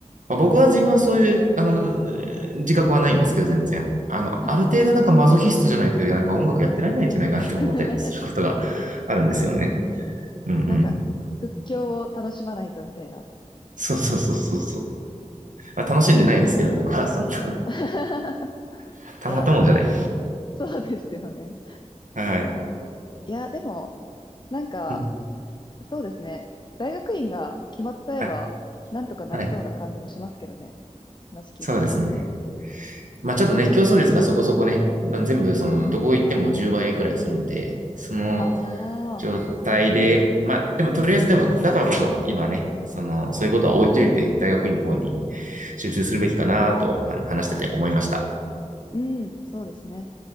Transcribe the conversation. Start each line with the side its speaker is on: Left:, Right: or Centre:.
Right: まあ、僕は自分はそういう、あの、えー自覚はないんですけど、全然。あの、
Left: はい。
Right: ある程度なんかマゾヒストじゃないと、なんか音楽やってられないんじゃないかなって思ったりすることがあるんですよね。
Left: <laughs>
Right: うんうん。
Left: なんか、屈強を楽しまないとみたいな。
Right: そうそうそうそうそう。まあ、楽しんでないですけど、僕はそんな、
Left: <laughs>
Right: <laughs> たまったもんじゃない。
Left: いや、そう、そうですよね。
Right: はい。
Left: いや、でも、なんか、
Right: うん。
Left: そうですね。大学院が決まっちゃえば、
Right: はい。
Left: なんとかなりそうな感じもしますけどね。
Right: はい。
Left: 話聞いてると。
Right: そうですね。まあちょっとね、競争率がそこそこね、全部その、どこ行っても10倍くらいするんで、その
Left: ああ。
Right: 状態で、まあでもとりあえずでも、だからこそ今ね、その、そういうことは置いといて、大学院の方に集中するべきかなと、あの話してて思いました。
Left: うん、そうですね。